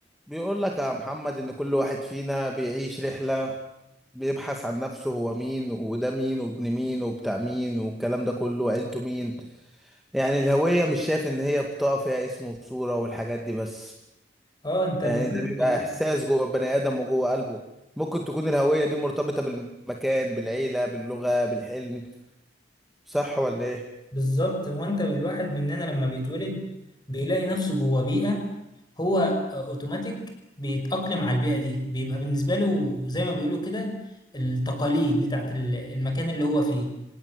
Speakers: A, in the centre; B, on the left.
A: بيقول لك يا محمد إن كل واحد فينا بيعيش رحلة بيبحث عن نفسه هو مين وده مين وابن مين وبتاع مين والكلام ده كله وعيلته مين يعني الهوية مش شايف إن هي بطاقة فيها اسم وصورة والحاجات دي بس
B: اه انت
A: يعني
B: بالواحد
A: ده بيبقى
B: بت...
A: إحساس جوه البني آدم وجوه قلبه ممكن تكون الهوية دي مرتبطة بالمكان بالعيلة باللغة بالحلم صح ولا إيه؟
B: بالظبط هو انت الواحد مننا لما بيتولد بيلاقي نفسه جوه بيئة هو اوتوماتيك بيتأقلم على البيئة دي بيبقى بالنسبة له زي ما بيقولوا كده التقاليد بتاعت ال- المكان اللي هو فيه